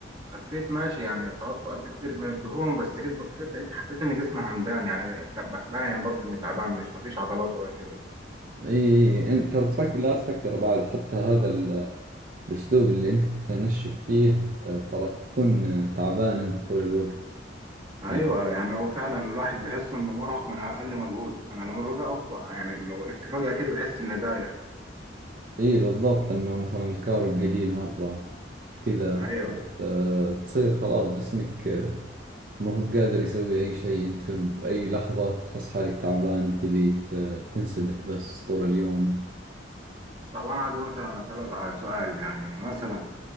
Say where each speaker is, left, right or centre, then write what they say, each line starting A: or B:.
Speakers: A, on the right; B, on the right.
A: خسيت ماشي يعني خلاص فقدت كتير من الدهون بس جيت بصيت لقيت حسيت ان جسمي همدان يعني طب باين برضه اني تعبان مش مفيش عضلات ولا كده
B: اي انت ترى تفكر لا تفكر بعد حتى هذا ال- الاسلوب اللي انت تنشف فيه آه، ترى بتكون آه، تعبان انت طول الوقت
A: ايوه
B: يعني
A: يعني هو فعلا الواحد بيحس انه مرهق من اقل مجهود انا لما باجي اقف يعني لو وقفت فجاه كده بحس اني دايخ
B: اي بالضبط لانه مثلا الكارب قليل مرة كذا
A: ايوه
B: آه، تصير خلاص جسمك آه، ما هو بقادر يسوي اي شيء انت بأي لحظة تحس حالك تعبان وتبي ت- تنسدح بس طول اليوم
A: طب انا عايز مثلا اسالك على سؤال يعني مثلا